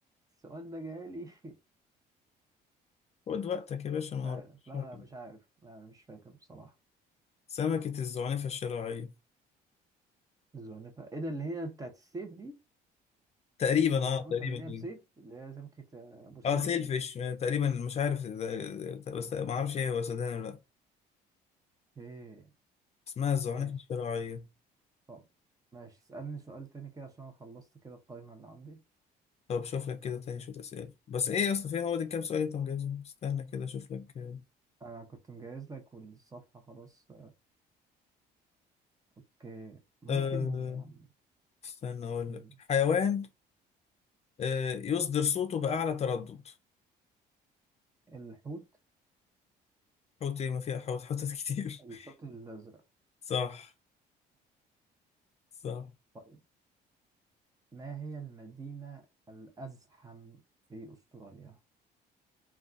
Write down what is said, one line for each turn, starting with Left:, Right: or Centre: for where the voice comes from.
Right: السؤال ده جالي <laughs>
Left: خد وقتك يا باشا
Right: مش
Left: ما
Right: عارف
Left: وراكش
Right: لا
Left: حاجة.
Right: لا مش عارف لا انا مش فاكر بصراحه
Left: سمكة الزعنفة الشراعية
Right: الزعنفه ايه ده اللي هي بتاعت السيف دي
Left: تقريبا
Right: السمكه
Left: اه تقريبا
Right: اللي هي بسيف
Left: إيه.
Right: اللي هي سمكه آه، ابو سيف
Left: اه سيل
Right: دي
Left: فيش آه، تقريبا مش عارف إذا- بس ما اعرفش ايه هو سدان ولا لا
Right: ايه
Left: اسمها الزعنفة
Right: ماشي
Left: الشراعية
Right: طب ماشي اسالني سؤال تاني كده عشان انا خلصت كده القائمه اللي عندي
Left: طب شوف لك كده تاني شوية أسئلة بس ايه يا اسطى فيها هو دي كام سؤال انت مجهزهم استنى كده اشوف لك آه
Right: انا كنت مجهز لك والصفحة خلاص اوكي ممكن
Left: آه،
Right: يعني
Left: استنى اقول
Right: مم.
Left: لك حيوان آه يصدر صوته بأعلى تردد
Right: الحوت
Left: حوت ايه ما فيها حوت حوتات كتير
Right: الحوت الازرق
Left: <laughs> صح صح
Right: طيب ما هي المدينة الازحم في استراليا